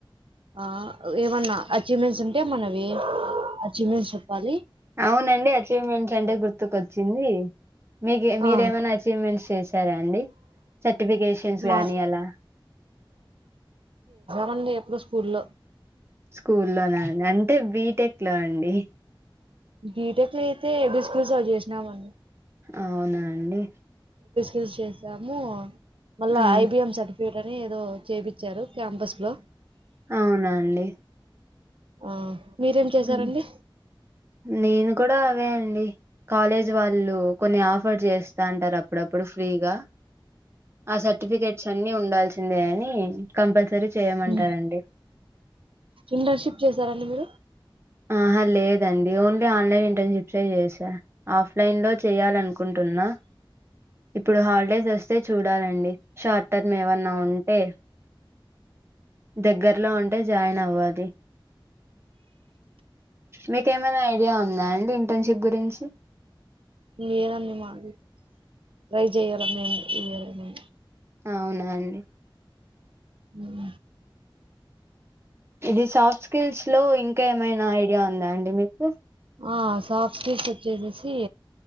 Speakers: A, on the right; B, on the right.
A: ఆ ఏమన్నా అచీవ్మెంట్స్ ఉంటే మనవి అచీవ్మెంట్స్ చెప్పాలి
B: అవునండి అచీవ్మెంట్స్ అంటే గుర్తుకొచ్చింది మీకు మీరేమైనా
A: ఆ
B: అచీవ్మెంట్స్ చేస్ సరే అండి సర్టిఫికేషన్స్
A: మా
B: గానీ అలా
A: నుండి ఎప్పుడో స్కూల్ల్లో
B: స్కూల్లోన అంటే వీ బి టెక్ట్లా అండి
A: బీటెక్ లో అయితే ఏడు స్కిల్స్ ఆవి చేసినామన్న
B: అవునా అండి
A: యూస్ చేసాము మళ్ళ
B: ఉమ్
A: ఐబిఎం సర్టిఫికేట్ ని <unintelligible> ఏదో చేపిచ్చారు క్యాంపస్ లో
B: అవునాండి
A: ఆ మీరేం చేశారండి
B: అ నేను కూడా అవే అండి కాలేజ్ వాళ్ళు కొన్ని ఆఫర్ చేస్తా అంటారు అప్పుడప్పుడు ఫ్రీగా ఆ సర్టిఫికేట్స్ అన్ని ఉండల్స్ సిందే అని కంపల్సరీ చేయమంటారండి
A: ఉ ఇంటర్షిప్ చేసారండి మీరు
B: ఆహా లేదండి ఓన్లీ ఆన్లైన్ ఇంటర్న్షిప్స్సే చేసా, ఆఫ్లైన్ లో చేయాలనుకుంటున్నా ఇప్పుడు హాలిడేస్ వస్తే చూడాలండి. షార్ట్ టర్మ్ ఏవన్నా ఉంటే దగ్గరలో ఉంటే జాయిన్ అవ్వాలి. మీకేమన్ ఐడియా ఉందా అండి ఫ్రెండ్షిప్ గురించి
A: లేదండి మాది ట్రై చేయాలా మేము ఇయాల ఉ అ
B: అవునా అండి
A: ఉ మ
B: ఇది సాఫ్ట్ స్కిల్స్ లో ఇంకేమైనా ఐడియా ఉందా అండి మీకు
A: ఆ సఫ్ స్కిల్స్ వచ్చేసేసి